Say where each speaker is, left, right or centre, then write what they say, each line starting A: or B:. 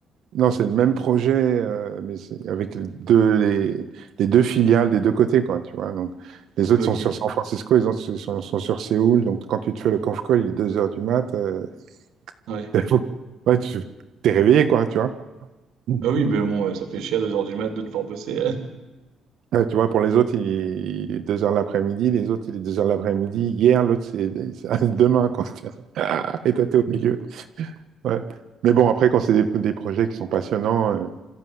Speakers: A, on the right; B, on the right.
A: non, c'est le même projet, euh, mais c'est avec les deux, les, les deux filiales des deux côtés, quoi, tu vois. Donc, les autres
B: Ok,
A: sont sur San Francisco, les autres sont, sont sur Séoul. Donc, quand tu te fais le conf call, il est 2 heures du mat. euh,
B: ouais.
A: <laughs> T'es- Ouais, tu t'es réveillé, quoi, tu vois. Mm.
B: Ah oui, mais bon, euh, ça fait chier à deux heures du mat de devoir bosser. <laughs>
A: Ouais, tu vois, pour les autres, il il est 2 heures l'après-midi, les autres, il est 2 heures l'après-midi, hier, l'autre, c'est c'est <laughs> demain, quoi. Tu vois. Ah, Et toi, t'es au milieu. Ouais. Mais bon, après, quand c'est des, des projets qui sont passionnants, euh,